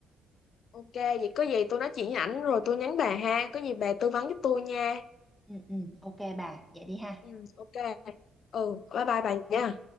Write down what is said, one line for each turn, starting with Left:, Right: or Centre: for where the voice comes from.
Left: ok vậy có gì tôi nói chuyện với ảnh rồi tôi nhắn bà ha có gì bà tư vấn giúp tôi nha
Centre: ừ ừ ok bà vậy đi ha
Left: ừ ok ừ bye bye bà nha